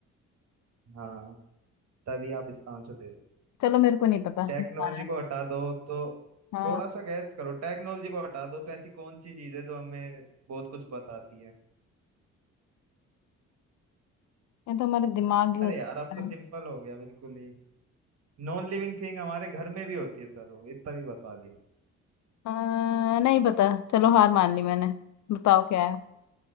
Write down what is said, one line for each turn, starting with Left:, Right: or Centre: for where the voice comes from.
Right: हाँ तभी आप इसका आंसर दे सकते
Left: चलो मेरे को नहीं पता
Right: टेक्नोलॉजी
Left: हमारा
Right: को हटा दो तो
Left: हाँ
Right: थोड़ा सा गैस करो टेक्नोलॉजी को हटा दो तो ऐसी कौन सी चीज है जो हमें बहुत कुछ बताती है
Left: ये तो हमारे दिमाग ही हो
Right: अरे
Left: सकता
Right: यार अब तो
Left: है
Right: सिंपल हो गया बिल्कुल ही नॉन लिविंग थिंग हमारे घर में भी होती है चलो इतना भी बता दिया
Left: आ, नहीं पता चलो हार मान ली मैंने बताओ क्या है